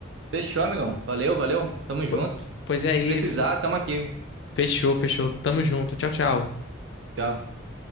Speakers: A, on the right; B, on the left.
A: Fechou, amigão. Valeu, valeu. Tamo junto.
B: Po- Pois é isso.
A: Precisar, tamo aqui.
B: Fechou, fechou. Tamo junto. Tchau, tchau.
A: Tchau.